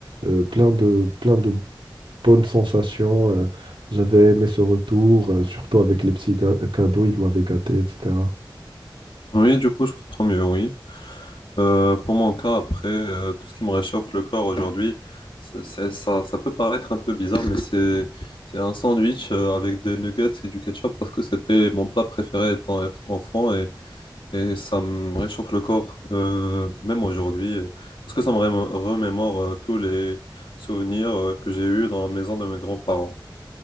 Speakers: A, on the right (about 85°); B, on the left (about 85°).
A: euh, plein de, plein de bonne sensation. euh, j'avais aimé ce retour, euh, surtout avec les petits ga- cadeaux, ils m'avaient gâté, etc.
B: Oui, du coup, je comprends mieux, oui. Euh, pour mon cas, après, euh, tout ce qui me réchauffe le corps aujourd'hui, c'est, c'est- ça, ça peut paraître un peu bizarre, mais c'est, c'est un sandwich euh, avec des nuggets et du ketchup parce que c'était mon plat préféré étant enf- enfant Et ça me réchauffe le corps, euh, même aujourd'hui, euh, parce que ça me ré- remémore euh, tous les souvenirs euh, que j'ai eus dans la maison de mes grands-parents.